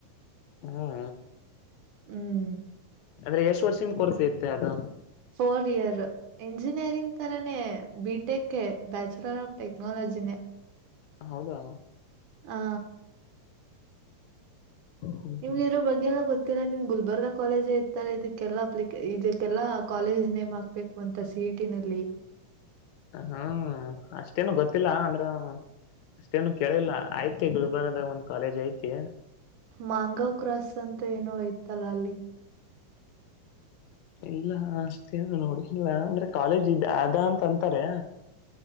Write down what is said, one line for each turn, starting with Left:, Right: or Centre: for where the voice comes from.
Left: ಹ್ಮ
Right: ಹ್ಮ್
Left: ಅಂದ್ರೆ ಎಷ್ಟ ವರ್ಷಿಂದ ಕೋರ್ಸ ಇತ್ತೆ ಅದು
Right: ಫೋರ್ ಇಯರ್ ಇಂಜಿನಿಯರಿಂಗ್ ತರಾನೇ ಬಿ ಟೆಕ್ ಬ್ಯಾಚುಲರ್ ಆಫ್ ಟೆಕ್ನಾಲಜಿನೇ
Left: ಹೌದಾ
Right: ಹಾ
Left: ಹ್ಮ್
Right: ನಿಮ್ಗ
Left: ಹ್ಮ್
Right: ಇರೋ ಬಗ್ಗೆಲ್ಲ ಗೊತ್ತಿಲ್ಲ ನಿಮ್ ಗುಲ್ಬರ್ಗ ಕಾಲಜ ಐ ತರ ಇದಕ್ಕೆಲ್ಲ ಅಪ್ಲಿಕ ಇದಕ್ಕೆಲ್ಲಾ ಕಾಲೇಜ್ ನೇಮ್ ಹಾಕ್ಬೇಕು ಅಂತ ಸಿಟಿ ನಲ್ಲಿ
Left: ಹ್ಮ ಅಷ್ಟೇನು ಗೊತ್ತಿಲ್ಲ ಅಂದ್ರ ಅಷ್ಟೇನು ಕೇಳಿಲ್ಲ ಐತಿ ಗುಲ್ಬರ್ಗದಾಗ ಒಂದ ಕಾಲೇಜ್ ಐತಿ.
Right: ಮಾಂಗವ್ ಕ್ರಾಸ್ ಅಂತ ಏನೋ ಐತಲ್ಲ ಅಲ್ಲಿ.
Left: ಇಲ್ಲ ಅಷ್ಟೇನ ನೋಡಿ ಇಲ್ಲ ಅಂದ್ರ ಕಾಲೇಜ್ ಇದ ಅ ಅಂತ ಅಂತಾರೆ.